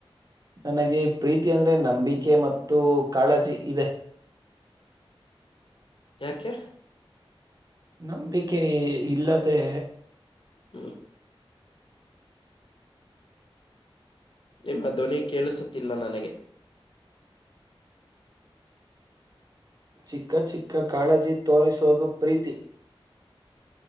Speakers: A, on the right; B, on the left.
A: ನನಗೆ ಪ್ರೀತಿ ಅಂದ್ರೆ ನಂಬಿಕೆ ಮತ್ತು ಕಾಳಜಿ ಇದೆ <unintelligible>
B: ಯಾಕೆ
A: ನಂಬಿಕೆ ಇಲ್ಲದೆ
B: ಹ್ಮ ನಿಮ್ಮ ಧ್ವನಿ ಕೇಳಿಸುತ್ತಿಲ್ಲ ನನಗೆ
A: ಚಿಕ್ಕ ಚಿಕ್ಕ ಕಾಳಜಿ ತೋರಿಸುವದು ಪ್ರೀತಿ